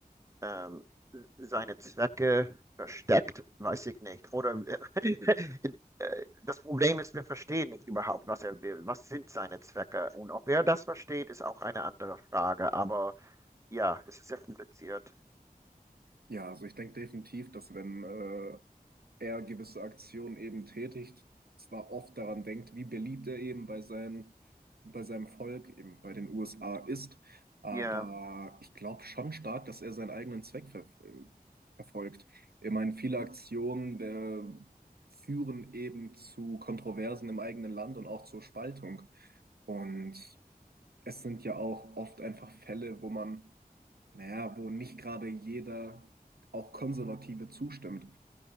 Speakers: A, on the right (about 20°); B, on the right (about 75°).
A: ähm, seine Zwecke versteckt, weiß ich nicht. Oder äh, <laughs> äh, das Problem ist, wir verstehen nicht überhaupt, was er will. Was sind seine Zwecke? Und ob er das versteht, ist auch eine andere Frage. Aber ja, es ist sehr kompliziert.
B: Ja, also ich denke definitiv, dass wenn äh, er gewisse Aktionen eben tätigt, zwar oft daran denkt, wie beliebt er eben bei seinen, bei seinem Volk, eben bei den USA ist, aber
A: Ja,
B: ich glaube schon stark, dass er seinen eigenen Zweck ver äh, verfolgt. Ich meine, viele Aktionen äh, führen eben zu Kontroversen im eigenen Land und auch zur Spaltung. Und es sind ja auch oft einfach Fälle, wo man, naja, wo nicht gerade jeder, auch Konservative, zustimmt.